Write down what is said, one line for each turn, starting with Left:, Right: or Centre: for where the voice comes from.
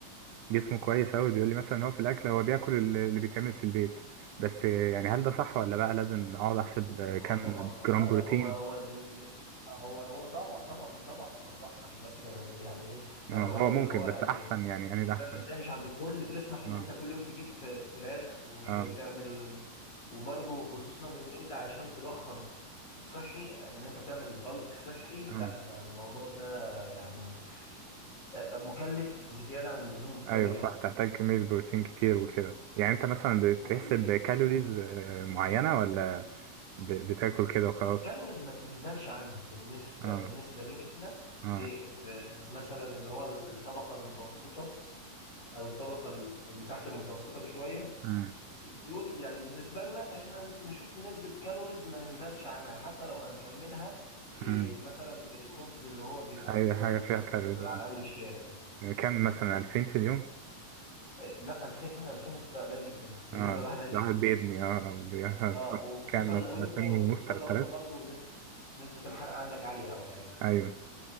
Right: وجسمه كويس اوي بيقول لي مثلا ان هو في الاكل هو بياكل اللي اللي بيتعمل في البيت بس آه، يعني هل ده صح ولا بقى لازم اقعد احسب آه،
Left: اه
Right: كام
Left: طبعا صح. لا
Right: جرام بروتين
Left: لا هو هو بن... هو هو طبعا طبعا طبعا صح عشان بس يعني ايه انا
Right: آه،
Left: برضو
Right: هو ممكن
Left: اللي هو
Right: بس
Left: يعني
Right: احسن يعني
Left: الحاله
Right: يعني ده احسن
Left: الماديه مش عند الكل تسمح ان
Right: اه
Left: انت كل يوم تجيب ف- فراخ وتعمل
Right: اه
Left: وبرضو خصوصا ان انت عشان تضخم صحي ان انت تعمل بلك صحي
Right: اه
Left: لا ده الموضوع ده يعني آه، مكلف زياده عن اللزوم
Right: ايوه
Left: قوي يعني
Right: صح تحتاج كمية بروتين كتير وكده يعني انت مثلا بتحسب
Left: مكلف
Right: كالوريز
Left: اوفر
Right: آه، معينة ولا ب- بتاكل كده وخلاص
Left: كالوريز ما تنزلش عنها بالنسبه
Right: اه
Left: بالنسبه لينا احنا
Right: اه
Left: إيه في مثلا اللي هو الطبقه المتوسطه او الطبقه اللي تحت المتوسطه بشويه
Right: مم،
Left: دول يعني بالنسبه لنا احنا نشوف نسبه كالوريز ما ننزلش عنها حتى لو هنكملها إيه
Right: مم.
Left: مثلا بالخبز اللي هو بيبقى في
Right: اي
Left: المخبز
Right: حاجة فيها كالوريز
Left: اللي
Right: اه
Left: على اول الشارع ده
Right: كم مثلا 2000 في اليوم
Left: إيه لا 2000 2000 ده قليل جدا بالنسبه
Right: اه
Left: لواحد عايز
Right: الواحد
Left: يتخن
Right: بيبني اه او بي- <laughs>
Left: اه وخصوصا
Right: كام
Left: لو
Right: 2000
Left: انت وخصوصا
Right: ونص 3000
Left: لو انت برضو نسبه نسبه الحرق عندك عاليه او حاجه
Right: ايوه